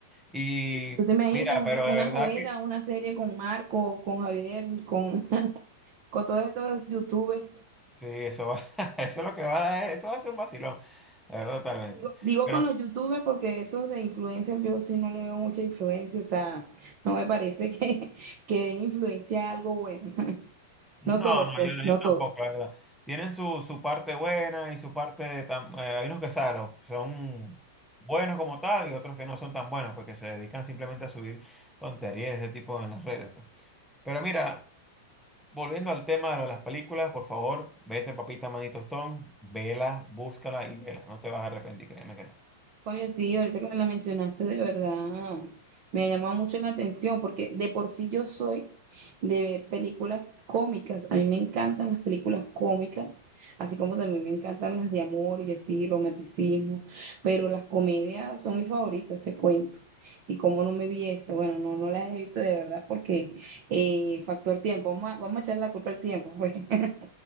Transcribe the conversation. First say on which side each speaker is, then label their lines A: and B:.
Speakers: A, in the centre; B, on the right.
A: Y
B: ¿Tú te imaginas
A: mira,
B: una,
A: pero
B: una
A: de verdad
B: novela,
A: que
B: una serie con Marco, con Javier, con, <laughs> con todos estos youtubers?
A: sí, eso va, <laughs> eso es lo que va a dar, eso va a ser un vacilón, la verdad, totalmente.
B: Digo, digo
A: Pero
B: con los youtubers porque esos de influencers yo sí no le veo mucha influencia, o sea, no me parece que, <laughs> que den influencia a algo bueno. <laughs>
A: No,
B: No todos,
A: no,
B: pues,
A: yo,
B: no
A: yo
B: todos.
A: tampoco, la verdad. Tienen su, su parte buena y su parte... tan- eh, hay unos que saben, son buenos como tal y otros que no son tan buenos, porque se dedican simplemente a subir tonterías de ese tipo en las redes. pues. Pero mira, volviendo al tema de las películas, por favor, vete, papita, manito Stone, vela, búscala y vela. No te vas a arrepentir, créeme que no.
B: Oye, sí, ahorita que me la mencionaste, de verdad, me ha llamado mucho la atención porque de por sí yo soy de ver películas cómicas. A mí me encantan las películas cómicas, así como también me encantan las de amor y así, romanticismo, pero las comedias son mis favoritas, te cuento. Y como no me vi esa, bueno, no, no las he visto de verdad porque eh, factor tiempo, vamos a, vamos a echar la culpa al tiempo, pues. <laughs>